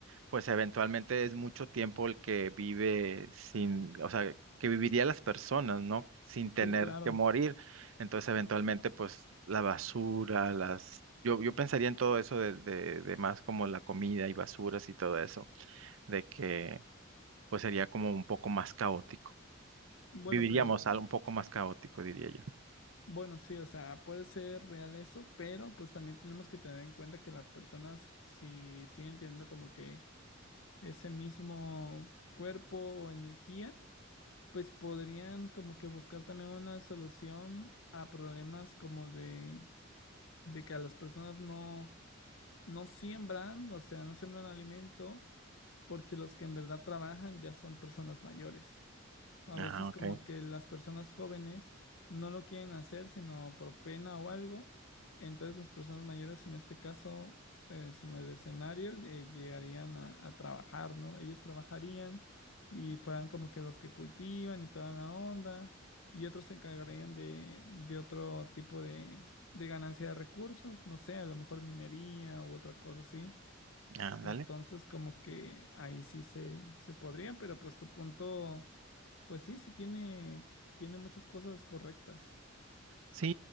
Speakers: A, on the right (about 70°); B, on the left (about 70°).
A: pues eventualmente es mucho tiempo el que vive sin, o sea, que viviría las personas, ¿no? Sin tener
B: Sí, claro.
A: que morir. Entonces, eventualmente, pues la basura, las... Yo, yo pensaría en todo eso de, de, de más como la comida y basuras y todo eso, de que pues sería como un poco más caótico.
B: Bueno,
A: Viviríamos
B: pero
A: algo un poco más caótico, diría yo.
B: bueno, sí, o sea, puede ser real eso, pero pues también tenemos que tener en cuenta que las personas si siguen teniendo como que ese mismo cuerpo o energía, pues podrían como que buscar también una solución a problemas como de, de que a las personas no, no siembran, o sea, no siembran alimento, porque los que en verdad trabajan ya son personas mayores. A
A: Ah,
B: veces
A: ok.
B: como que las personas jóvenes no lo quieren hacer, sino por pena o algo. Entonces las personas mayores, en este caso, pues en el escenario, eh, llegarían a, a trabajar, ¿no? Ellos trabajarían y fueran como que los que cultivan y toda la onda. Y otros se encargarían de, de otro tipo de, de ganancia de recursos, no sé, a lo mejor minería u otra cosa así.
A: Ándale.
B: Entonces como que ahí sí se, se podría, pero pues tu punto pues sí, sí tiene, tiene muchas cosas correctas.
A: Sí,